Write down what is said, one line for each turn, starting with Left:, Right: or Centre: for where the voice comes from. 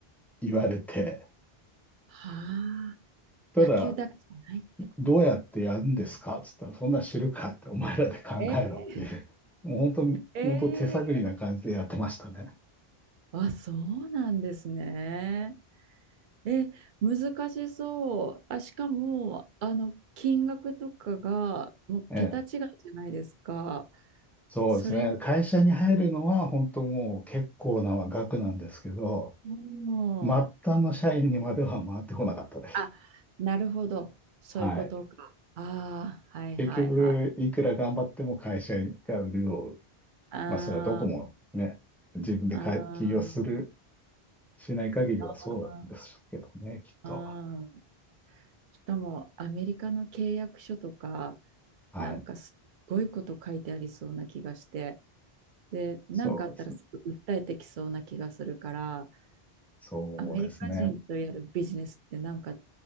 Centre: 言われて、
Right: はあ。
Centre: ただ、
Right: 野球だけじゃないってことか。
Centre: どうやってやるんですかっつったら、そんなん知るかって、お前らで考えろっていう、
Right: えー、
Centre: もう本当に、
Right: え
Centre: 本当手探りな感じでやってましたね。
Right: ー、あ、そうなんですね。え、難しそう。あ、しかも、あの、金額とかが、もう桁違いじゃないですか。
Centre: ええ。そうですね。
Right: それに、
Centre: 会社に入るのは本当もう結構な額なんですけど、
Right: もう、
Centre: 末端の社員にまでは回ってこなかったです。
Right: あ、なるほど。そういうことか。
Centre: はい。
Right: ああ、はいはいはい。
Centre: 結局、いくら頑張っても会社が潤う。
Right: あー
Centre: まあ、それはどこもね、自分でか起業する、
Right: あー、
Centre: しない限りはそうですけどね、
Right: あー
Centre: きっと。
Right: あー、しかも、アメリカの契約書とか、
Centre: はい。
Right: なんかすっごいこと書いてありそうな気がして、で、なんかあったらすぐ訴えてきそうな気がするから、
Centre: そうです。そうですね。
Right: アメリカ人とやるビジネスってなんか